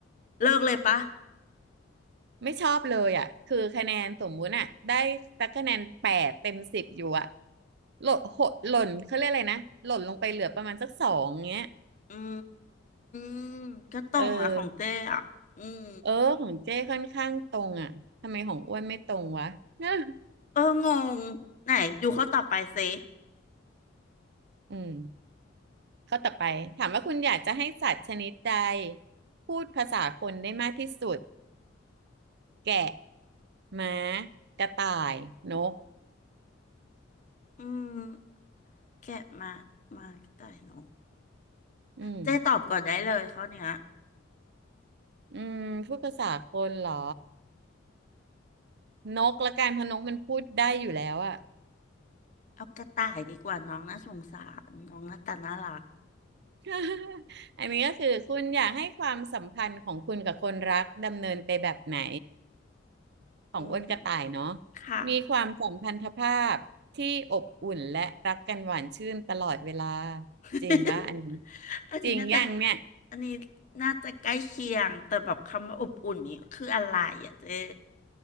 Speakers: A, on the left; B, on the right.
A: เลิกเลยปะ
B: ไม่ชอบเลยอะคือคะแนนสมมุติอ่ะได้สักคะแนนแปดเต็มสิบอยู่อะหล่นหดหล่นเขาเรียกอะไรนะหล่นลงไปเหลือประมาณสักสองเงี้ย
A: อืมก็ตรงนะของเจ้อะอืม
B: เออ เออ ของเจ้ค่อนข้างตรงอ่ะ ทำไมของอ้วนไม่ตรงวะ <laughs>
A: เอองง ไหนดูเขาตอบไปสิ
B: อืมข้อต่อไป ถามว่าคุณอยากจะให้สัตว์ชนิดใดพูดภาษาคนได้มากที่สุด แกะม้ากระต่าย นก
A: อืมแกะมามากระต่ายน้อง
B: อืม
A: เจ๊ตอบก่อนได้เลยเขาเนี้ย
B: อืม พูดภาษาคนเหรอ นกละกันเพราะนกมันพูดได้อยู่แล้วอะ
A: เอากระต่ายดีกว่าน้องน่าสงสารน้องหน้าตาน่ารัก
B: <laughs> อันนี้ก็คือคุณอยากให้ความสัมพันธ์ของคุณกับคนรักดำเนินไปแบบไหน ของอ้วนกระต่ายเนาะ
A: อืมค่ะ
B: มีความสัมพันธภาพที่อบอุ่นและรักกันหวานชื่นตลอดเวลา
A: <laughs>
B: จริงป่ะอันนี้
A: อันนี้น่าจะ
B: จริงอย่างเนี่ย
A: อันนี้น่าจะใกล้เคียงแต่แบบคำว่าอบอุ่นนี้คืออะไรอ่ะเจ๊